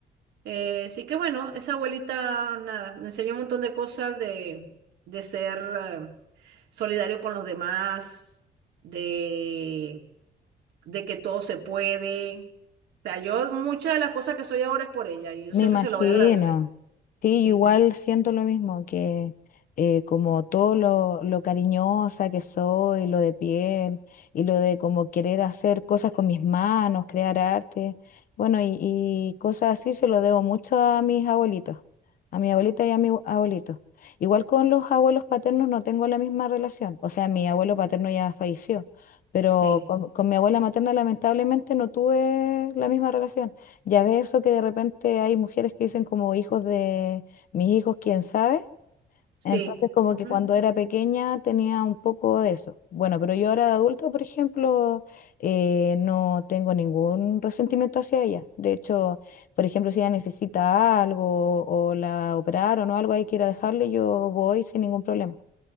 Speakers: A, on the right; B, on the left.
A: Eh, así que bueno, esa abuelita, nada, me enseñó un montón de cosas de, de ser eh, solidario con los demás, de, de que todo se puede. O sea, yo muchas de las cosas que soy ahora es por ella y yo
B: Me
A: siempre
B: imagino.
A: se lo voy a agradecer.
B: Sí,
A: Sí,
B: yo igual siento lo mismo, que eh, como todo lo, lo cariñosa que soy, lo de piel, y lo de como querer hacer cosas con mis manos, crear arte, bueno, y, y cosas así se lo debo mucho a mis abuelitos, a mi abuelita y a mi abue- abuelito. Igual con los abuelos paternos no tengo la misma relación, o sea, mi abuelo paterno ya falleció, pero
A: sí,
B: con, con mi abuela materna lamentablemente no tuve la misma relación. Ya ves eso que de repente hay mujeres que dicen como hijos de mis hijos, quién sabe.
A: sí.
B: Entonces como
A: ujú,
B: que cuando era pequeña tenía un poco de eso. Bueno, pero yo ahora de adulta, por ejemplo, eh, no tengo ningún resentimiento hacia ella. De hecho, por ejemplo, si ella necesita algo o la operaron o algo ahí quiera dejarle, yo voy sin ningún problema.